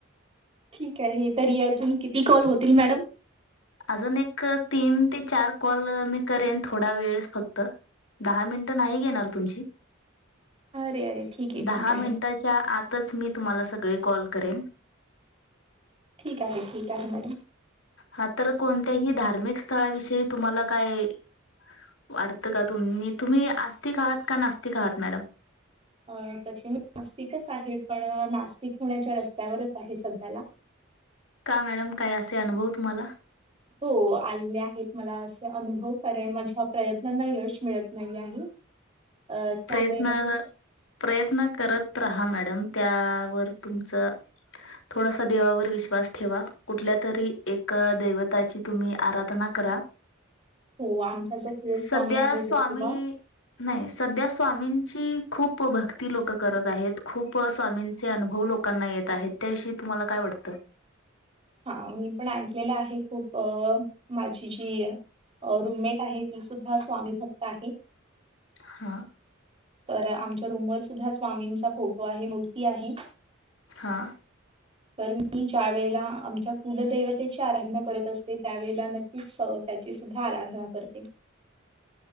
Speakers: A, on the right; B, on the left.
A: ठीक आहे. तरी अजून किती कॉल होतील मॅडम?
B: अजून एक, तीन ते चार कॉल मी करेन थोडा वेळ फक्त. दहा मिनटं नाही घेणार तुमची.
A: अरे अरे ठीक आहे
B: दहा
A: ठीक आहे.
B: मिनिटाच्या आतच मी तुम्हाला स सगळे कॉल करेन.
A: ठीक आहे, ठीक आहे मॅडम.
B: हा तर, कोणत्याही धार्मिक स्थळाविषयी तुम्हाला काय वाटतं का? तुम्ही तुम्ही आस्तिक आहात का नास्तिक आहात मॅडम?
A: अ तशी मी आस्तिकच आहे, पण नास्तिक होण्याच्या रस्त्यावरच आहे सध्याला.
B: का मॅडम? काय असे अनुभव तुम्हाला?
A: हो आलेले आहेत. मला अनुभव, कारण माझ्या प्रयत्न त्यांना यश मिळत नाही आहे. अ त्यामुळे
B: प्रयत्न
A: माझा
B: प्रयत्न करत रहा मॅडम. त्यावर तुमच थोडासा देवावर विश्वास ठेवा. कुठल्या तरी एक दैवताची तुम्ही आराधना करा.
A: हो आमचा जो कुळ
B: सध्या
A: स्वामी आहे
B: स्वामी
A: ज्योतिबा.
B: नाही सध्या स्वामींची खूप भक्ती लोक करत आहेत. खूप स्वामींचे अनुभव लोकांना येत आहेत, त्याविषयी तुम्हाला काय वाटत?
A: हा मी पण ऐकलेलं आहे खूप. माझी जी रुममेट आहे, ती सुद्धा स्वामी भक्त आहे.
B: हा.
A: तर आमच्या रूमवर सुद्धा स्वामींचा फोटो आहे, मूर्ती आहे.
B: हा.
A: तर मी ज्या वेळेला आमच्या कुलदैवतेची आराधना करत असते, त्यावेळेला नक्कीच त्याची सुद्धा आराधना करते.